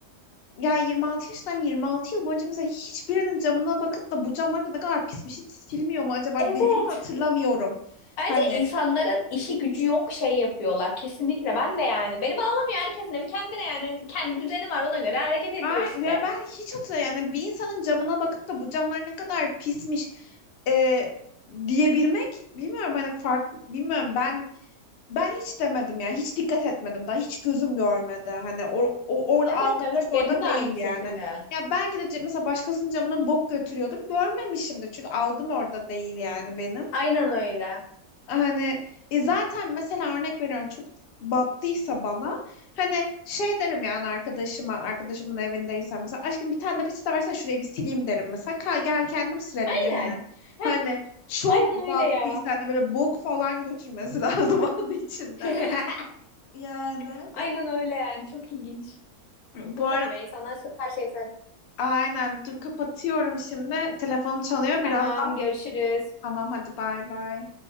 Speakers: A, on the left; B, on the left.
A: Ya 26 yaşındayım 26 yıl boyunca mesela hiçbirinin camına bakıp da bu camlar da ne kadar pismiş hiç silmiyor mu acaba
B: Evet.
A: dediğimi hatırlamıyorum.
B: Bence
A: Hani
B: insanların işi gücü yok şey yapıyorlar. Kesinlikle ben de yani. Beni bağlamıyor herkesin evi kendine yani. Kendi düzeni var ona göre hareket ediyor
A: ben,
B: işte.
A: ve ben hiç hatırlamıyorum yani bir insanın camına bakıp da bu camlar ne kadar pismiş e, diyebilmek bilmiyorum hani fark bilmiyorum ben ben hiç demedim yani hiç dikkat etmedim daha hiç gözüm görmedi hani o, o orada
B: Evet
A: algım
B: evet
A: hiç orada
B: benim de
A: değil
B: aynı şekilde.
A: yani. Ya belki de ce- mesela başkasının camına bok götürüyordur görmemişimdir çünkü algım orada değil yani benim.
B: Aynen öyle.
A: Hani e, zaten mesela örnek veriyorum çok battıysa bana hani şey derim yani arkadaşıma arkadaşımın evindeysem mesela aşkım bir tane de peçete versene şurayı bir sileyim derim mesela Ka- gel kendim silerim
B: Aynen.
A: yani
B: Heh,
A: hani çok
B: aynen öyle
A: battıysa
B: ya.
A: hani böyle bok falan götürmesi <laughs> lazım onun içinde
B: <laughs>
A: yani
B: Aynen öyle yani. Çok ilginç.
A: bu
B: Çok saçma.
A: arada
B: İnsanlar her şeyi sen.
A: aynen dur kapatıyorum şimdi telefonum çalıyor
B: Tamam,
A: birazdan
B: görüşürüz.
A: tamam hadi bay bay